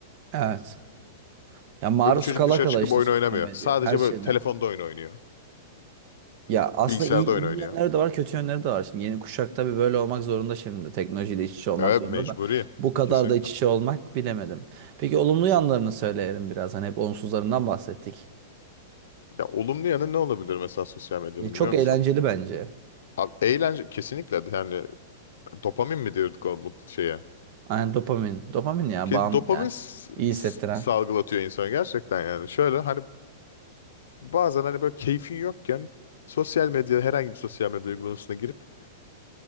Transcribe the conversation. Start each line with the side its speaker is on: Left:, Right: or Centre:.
Right: Evet. Ya maruz
Left: Ve bu çocuk
Right: kala
Left: dışarı
Right: kala
Left: çıkıp
Right: işte
Left: oyun
Right: sosyal
Left: oynamıyor.
Right: medya
Left: Sadece
Right: her şeyden.
Left: böyle telefonda oyun oynuyor.
Right: Ya aslında
Left: Bilgisayarda
Right: iyi,
Left: oyun
Right: iyi
Left: oynuyor.
Right: yönleri de var, kötü yönleri de var. Şimdi yeni kuşak tabii böyle olmak zorunda şimdi. Teknolojiyle iç içe olmak
Left: Evet
Right: zorunda
Left: mecburi.
Right: da. Bu kadar
Left: Kesinlikle.
Right: da iç içe olmak bilemedim. Peki olumlu yanlarını söyleyelim biraz. Hani hep olumsuzlarından bahsettik.
Left: Ya olumlu yanı ne olabilir mesela sosyal medyanın
Right: Ya çok
Left: biliyor musun?
Right: eğlenceli bence.
Left: Abi, eğlence kesinlikle yani dopamin mi diyorduk o mutlu şeye?
Right: Aynen dopamin. Dopamin ya
Left: Ki
Right: bağım
Left: dopamin
Right: ya.
Left: s-
Right: iyi hissettiren.
Left: s- salgılatıyor insana gerçekten yani. Şöyle hani Bazen hani böyle keyfin yokken sosyal medya herhangi bir sosyal medya uygulamasına girip